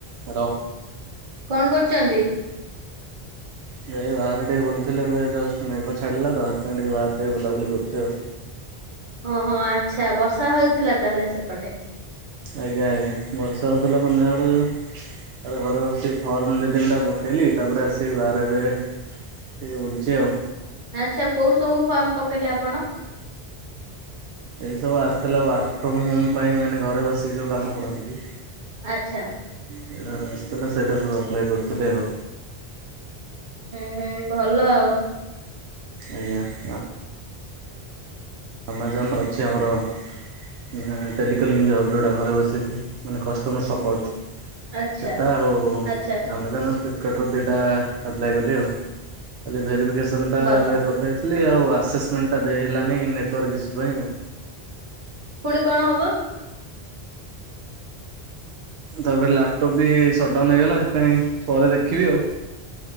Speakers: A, on the right; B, on the right.
A: ର
B: କଣ କରୁଛନ୍ତି?
A: ଏ ବାହାରେ ଟିକେ ବୁଲୁଥିଲେ ଏବେ ଜଷ୍ଟ ମେଘ ଛାଡ଼ିଲା ତ ସେଥିପାଇଁ ଟିକେ ବାହାରେ ଟିକେ ବୁଲାବୁଲି କରୁଛି ଆଉ।
B: ଓହୋ ଆଚ୍ଛା ବର୍ଷା ହଉଥିଲା ତାହେଲେ ସେପଟେ?
A: ଆଜ୍ଞା ଆଜ୍ଞା ବର୍ଷା ହଉଥିଲା ସନ୍ଧ୍ୟାବେଳୁ ତାପରେ ଘରେ ବସି ଫର୍ମ ଦି ତିନଟା ପକେଇଲି ତାପରେ ଆସିକି ବାହରେ ଏବେ ଟିକେ ବୁଲୁଛି ଆଉ।
B: ଆଚ୍ଛା କୋଉ ସବୁ ଫର୍ମ ପକେଇଲେ ଆପଣ?
A: ଏ ସବୁ ଆସିଥିଲା ୱାର୍କ ଫ୍ରମ ହୋମ ପାଇଁ ମାନେ ଘରେ ବସିକି ଯୋଉ କାମ କରନ୍ତି।
B: ଆଚ୍ଛା।
A: ସେଇଟା ଗୋଟେ ଆସିଥିଲା ସେଇଟା ସବୁ ଆପ୍ଲାଏ କରୁଥିଲି ଆଉ।
B: ହୁଁ ହୁଁ ଭଲ ଆଉ।
A: ଆଜ୍ଞା ଆ ଆମାଜନ୍ ଅଛି ଆମର ନା ଟେଲିକଲିଙ୍ଗ ଜବ୍ ଯୋଉଟା ଘରେ ବସିକି ମାନେ କଷ୍ଟମର୍ ସପୋର୍ଟ।
B: ଆଚ୍ଛା
A: ସେଇଟା ହୋ ହୋଉ
B: ଆଚ୍ଛା
A: ଆମାଜନ୍ ଫିଳ୍ପ କାର୍ଟ ଦିଟା ଆପ୍ଲାଏ କଲି ଆଉ ଖାଲି ଭେରିଫିକେସନଟା
B: ଭଲ
A: ଯାହା କରିଦେଇ ଥିଲି ଆଉ ଆସେସମେଣ୍ଟ ଟା ଦେଇହେଲାନି ନେଟୱାର୍କ ଇସୁ ପାଇଁ ଆଉ।
B: ପୁଣି କଣ ହବ?
A: ତାପରେ ଲ୍ୟାପଟପ୍ ବି ସଟ୍ଡାଉନ୍ ହେଇଗଲା ସେଥିପାଇଁ ପରେ ଦେଖିବି ଆଉ।